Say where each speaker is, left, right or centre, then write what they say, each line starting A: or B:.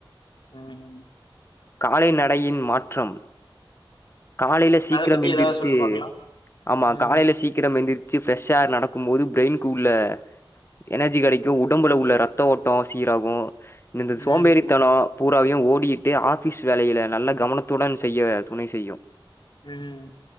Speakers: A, on the left; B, on the left.
A: உம்
B: காலை நடையின் மாற்றம் காலையில சீக்கிரம்
A: அத பத்தி
B: எந்திரச்சு
A: ஏதாவது சொல்லு பாக்கலா
B: ஆமா
A: ம்
B: காலையில சீக் கிரம் எந்திரிச்சு பிரெஷ்ஷா நடக்கும் போது பிரெய்ன்கூள்ள எனர்ஜி கெடைக்கும் உடம்புல உள்ள ரத்த ஓட்டம் சீராகும் இந்த
A: ம்
B: சோம்பேறித்தனம்
A: ம்
B: பூராவையு ஓடிகிட்டு ஆஃபீஸ் வேலையில நல்ல கவனத்துடன் செய்ய துணை செய்யு.
A: ம்.